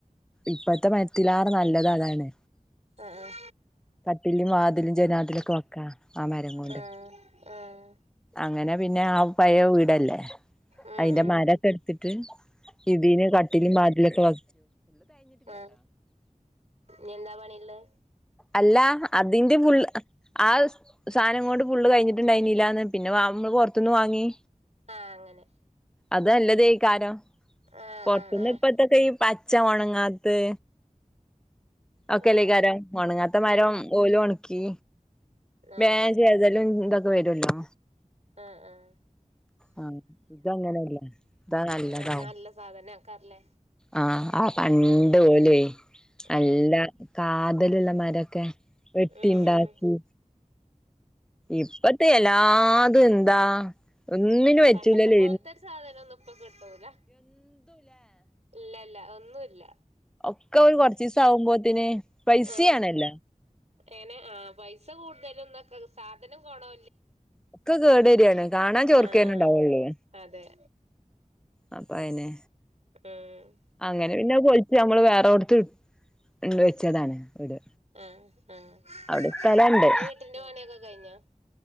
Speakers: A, in the centre; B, on the right.
A: ഇപ്പത്തെ മരത്തിലാറ് നല്ലത് അതാണ്
B: ആഹ്
A: കട്ടിലും വാതിലും ജനാത്തിലൊക്കെ വെക്കാ ആ മെരം കൊണ്ട്
B: ആഹ്
A: അങ്ങ
B: ആഹ് ആഹ്
A: അങ്ങനെ പിന്നെ ആ പഴേവീടല്ലേ
B: ഉം
A: അയിന്റെ
B: ഉം
A: മരൊക്ക ഇട്ത്തിട്ട് ഇതിന് കട്ടിലും ബാതിലൊക്ക വ
B: ആ ഇനിയന്താ പണിള്ളത്?
A: അല്ല അതിന്റെ ഫുൾ അ ആ സായ്നംങ്ങോണ്ട് ഫുള് കഴിഞ്ഞിട്ട്ണ്ടായിനില്ലാന്ന് പിന്നെ വാമ്മള് പുറത്തുന്ന് വാങ്ങി.
B: ആ അങ്ങനെ
A: അതല്ലതേക്കാരം.
B: ആഹ്
A: പൊർത്തുന്ന്
B: ആഹ് ആഹ്
A: പ്പത്തത്തെയ് പച്ച ഒണങ്ങാത്തെ ഓക്കെല്ലക്കാരം
B: ആഹ്
A: ഒണങ്ങാത്ത മരം
B: ഉം
A: ഓലും ഒണക്കി
B: ആഹ്
A: വേം ചെതലും ന്തൊ ഇത് വരൊല്ലോ
B: ആഹ് ആഹ്
A: ആ ഇതങ്ങനെല്ല ഇതാ നല്ലതാവും.
B: ആഹ് നല്ല സാധന ആക്കാറല്ലേ
A: ആ ആ പണ്ട്
B: ഉം
A: ഓലെ നല്ല
B: ഉം
A: കാ തലുള്ള മരൊക്കെ വെട്ടിണ്ടാക്കി.
B: ഉം ഉം
A: ഇപ്പത്തെ എല്ലാതും എന്താ ഒന്നിനു പറ്റുലല്ലേ
B: പണ്ടത്തെ പോലത്തെ ഒരു സാധനം ഒന്നും ഇപ്പൊ കിട്ടൂല ഇല്ലല്ല. ഒന്നുല്ല.
A: ഒക്കെ ഒരു കൊറച്ചീസം ആവുമ്പോത്തിന് പൈസയാണല്ലോ
B: ആ എങ്ങനെ ആ പൈസ കൂടുതലൊന്നക്ക സാധനം കൊണോ
A: ഒക്കെ കേടരിയാണ് കാണ ൻ ചൊർക്കെന്നെ
B: ആഹ്
A: ഇണ്ടാവൊള്ളേ
B: അതെ
A: അപ്പ അയിനെ
B: അം
A: അങ്ങനെ പിന്നെ പൊലിച്ച് നമ്മള് വേറെോടത്ത് ഉണ്ടൊച്ചതാണ് ഇവിട്
B: ആഹ് ആഹ്
A: അവ്ട്പ്പെലാണ്ട്
B: ഇപ്പൊ വീട്ടിന്റെ പണിയൊക്കെ കഴിഞ്ഞോ